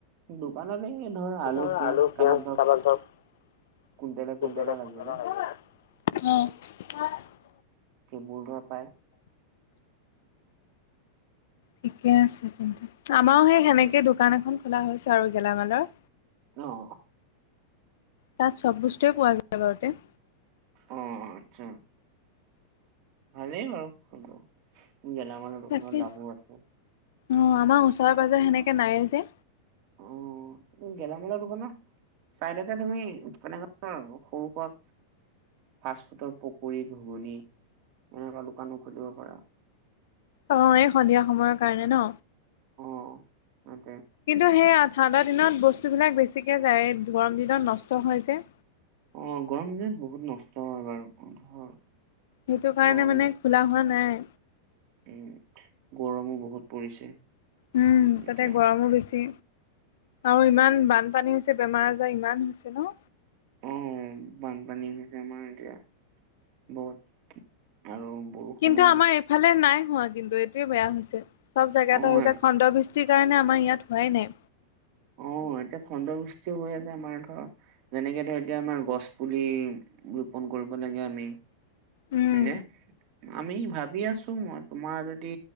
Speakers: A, on the right; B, on the left.
A: দোকানতে এই ধৰ
B: ধৰা
A: পিয়াজ
B: আলু
A: কাৰোবাক
B: পিয়াঁজ
A: ধৰ
B: কাৰোবাক <unintelligible>
A: কুইণ্টলে
B: <unintelligible>
A: কুইণ্টলে লাগিলে সেই মোৰ দ পায় <unintelligible>
B: ঠিকে আছে তেন্তে আমাৰো সেই সেনেকে দোকান এখন খোলা হৈছে আৰু গেলামালৰ।
A: অহ।
B: তাত চব বস্তুৱে পোৱা যায় আগাৰতে।
A: অ', আচ্ছা। ভালেই বাৰু গেলামালৰৰ দোকানত
B: তাকে
A: লাভো আছে।
B: অ', আমাৰ ওচৰে পাজৰে সেনেকে নাই যে।
A: অ', গেলামালৰ দোকান নে? চাইদতে তুমি <unintelligible> সৰু সুৰা ফাৰ্ষ্ট ফুডৰ পকুৰী, ঘুগুনি এনেকুৱা দোকানো খুলিব পাৰা।
B: অ' এই সন্ধিয়া সময়ৰ কাৰণে ন।
A: অ' তাকে
B: কিন্তু, সেইয়া ঠাণ্ডা দিনত বস্তুবিলাক বেছিকে যায় গৰম দিনত নষ্ট হৈ যায়।
A: অ' গৰম দিনত বহুত নষ্ট হয় বাৰু ধৰ।
B: সেইটো কাৰণে
A: গৰম
B: মানে খোলা হোৱা নাই।
A: উম, গৰমো বহুত পৰিছে।
B: উম,
A: এতিয়া
B: তাতে গৰমো বেছি আৰু ইমান বানপানী। বেমাৰ আজাৰ ইমান হৈছে ন।
A: অ বানপানী হৈছে আমাৰ এতিয়া বহুত আৰু বৰষুণো
B: কিন্তু আমাৰ এইফালে নাই হোৱা। কিন্তু, এইটোয়ে বেয়া হৈছে চ'ব জোগা
A: অ
B: এটা হৈছে খণ্ড বিৃষ্ট যি কাৰণে আমাৰ ইয়াত হোৱাই নাই।
A: অ' এতিয়া খণ্ডবৃষ্ঠি হৈ আছে আমাৰ ধৰ যেনেকে ধৰ এতিয়া আমাৰ গছ পুলি ৰোপন কৰিব লাগে আমি।
B: উম।
A: হয়নে আমি ভাবি আছোঁ, মই তোমাৰ যদি